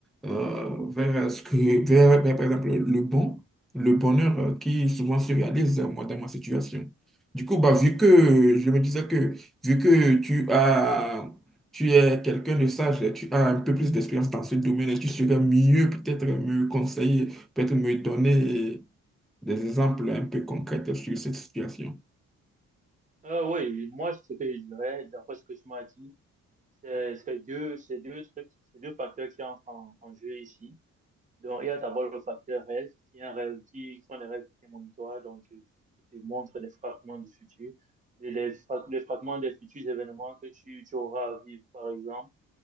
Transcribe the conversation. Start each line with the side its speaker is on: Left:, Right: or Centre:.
Centre: euh, vers euh, ce que, vers, vers, par exemple, le bon, le bonheur euh, qui souvent se réalise, euh, moi, dans ma situation. Du coup, bah, vu que je me disais que vu que tu as tu es quelqu'un de sage, et tu as un peu plus d'expérience dans ce domaine et tu serais mieux peut-être me conseiller, peut-être me donner des exemples un peu concrets sur cette situation.
Right: Ah oui, moi, ce que je dirais, d'après ce que tu m'as dit, c'est c'est deux, c'est deux trucs, c'est deux facteurs qui entrent en, en jeu ici. Donc, il y a d'abord le facteur rêve, qui est un rêve, qui sont des rêves prémonitoires, donc, euh, qui te montrent des fragments du futur, les, les fra- les fragments des futurs événements que tu, tu auras à vivre, par exemple